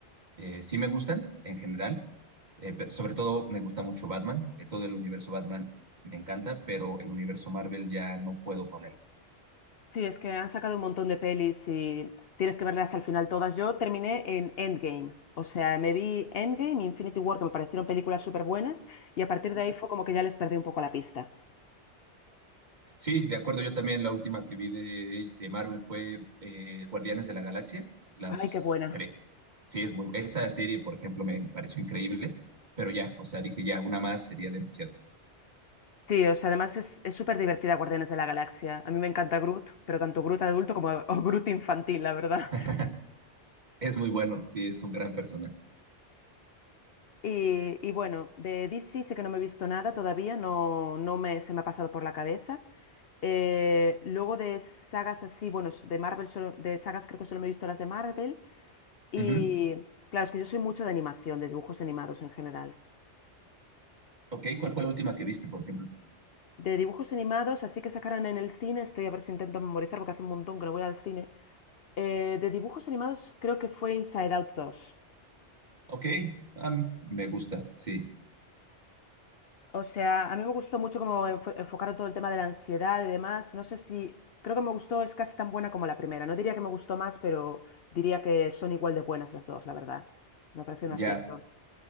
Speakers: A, on the right; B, on the left.
A: Eh, sí me gustan, en general, eh, pe- sobre todo me gusta mucho Batman, eh, todo el universo Batman me encanta, pero el universo Marvel ya no puedo con él.
B: Sí, es que han sacado un montón de pelis y tienes que verlas al final todas. Yo terminé en Endgame, o sea, me vi Endgame y Infinity War, que me parecieron películas súper buenas, y a partir de ahí fue como que ya les perdí un poco la pista.
A: Sí, de acuerdo, yo también la última que vi de, de Marvel fue eh, Guardianes de la Galaxia, las
B: Ay, qué buena.
A: tres. Sí, es muy, esa serie, por ejemplo, me pareció increíble, pero ya, o sea, dije ya, una más sería demasiado.
B: Sí, o sea, además es, es súper divertida Guardianes de la Galaxia. A mí me encanta Groot, pero tanto Groot adulto como o Groot infantil, la verdad.
A: <laughs> Es muy bueno, sí, es un gran personaje.
B: Y, y bueno, de DC sí que no me he visto nada todavía, no, no me, se me ha pasado por la cabeza. Eh, luego de sagas así, bueno, s- de Marvel, solo- de sagas creo que solo me he visto las de Marvel. Y
A: Ujú.
B: claro, es que yo soy mucho de animación, de dibujos animados en general.
A: Ok, ¿cuál fue la última que viste, por ejemplo?
B: De dibujos animados, así que sacaran en el cine, estoy a ver si intento memorizar porque hace un montón que no voy al cine. Eh, de dibujos animados creo que fue Inside Out dos
A: Ok, ah, me gusta, sí.
B: O sea, a mí me gustó mucho cómo enfo- enfocaron todo el tema de la ansiedad y demás. No sé si, creo que me gustó, es casi tan buena como la primera. No diría que me gustó más, pero diría que son igual de buenas las dos, la verdad. Me parece un
A: Ya,
B: acierto.